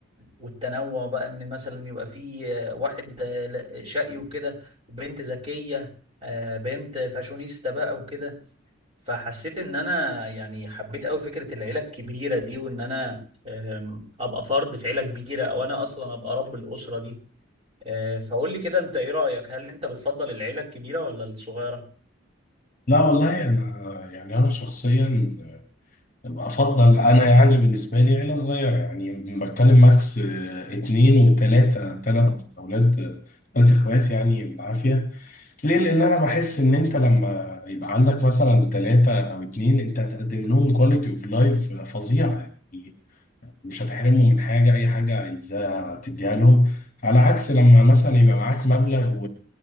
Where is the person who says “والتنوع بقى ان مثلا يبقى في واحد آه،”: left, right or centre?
Right